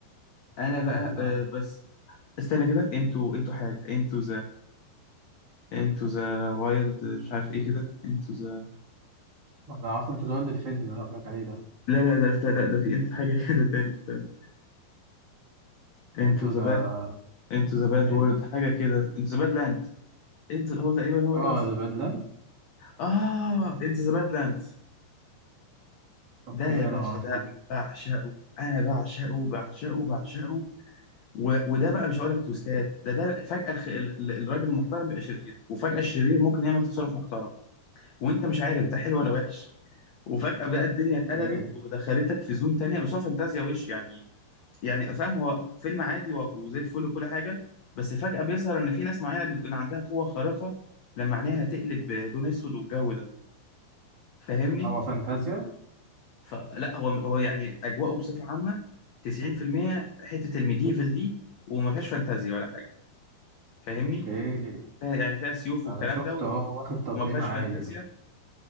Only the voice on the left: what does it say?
انا بقى
آه، بس استنى كده انتوا انتوا حاجة انتوا انتو ذا وايلد مش عارف ايه كده انتو ذا
لا لا ده لا لا ده في انتو حاجة <laughs> كده تاني استنى انتو
ذا باد انتو ذا باد
وورد حاجة كده انتو ذا باد لاند انتو هو تقريبا هو
كده استنى.
اه انتو ذا باد لاند
ده يا باشا
ده بعشقه انا بعشقه بعشقه بعشقه و... وده بقى مش هقول لك توستات ده ده فجأة الخ... ال- ال- الراجل المحترم بيبقى شرير وفجأة الشرير ممكن يعمل تصرف محترم وانت مش عارف ده حلو ولا وحش وفجأة بقى الدنيا اتقلبت
ودخلتك في زون تانية بس هو فانتازيا وش يعني يعني فاهم هو فيلم عادي و- وزي الفل وكل حاجة بس فجأة بيظهر إن في ناس معينة بيكون عندها قوة خارقة لما عينيها تقلب لون أسود والجو ده فاهمني؟
فلا هو هو يعني أجواءه بصفة عامة 90% حتة الميديفل دي وما فيهاش فانتازيا ولا حاجة فاهمني؟
فيها- يعني فيها سيوف
والكلام
ده و-
وما فيهاش
فانتازيا